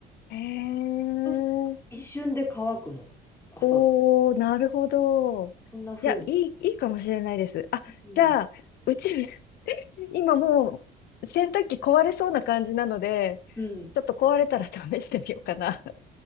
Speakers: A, on the left; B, on the left.
A: へえ。
B: そうすると一瞬で乾くの、朝だ。
A: おおなるほど。
B: こんな風に。
A: いや、いい、いいかもしれないです。あ、
B: うん。
A: じゃあ、うち、今もう洗濯機壊れそうな感じなので、
B: うん。
A: ちょっと壊れたら試してみようかな。